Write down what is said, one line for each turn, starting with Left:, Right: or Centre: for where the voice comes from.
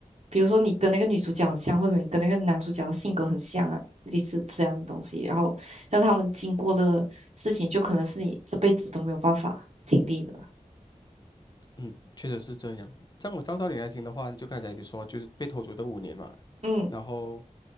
Right: 比如说你跟那个女主角很像，或者你跟那个男主角性格很像啊，类似这样的东西。然后，但是他们经过的事情，就可能是你这辈子都没有办法经历的。
Left: 嗯，确实是这样。这样我照道理来听的话，就刚才你说，就是被偷走的五年嘛，
Right: 嗯，
Left: 然后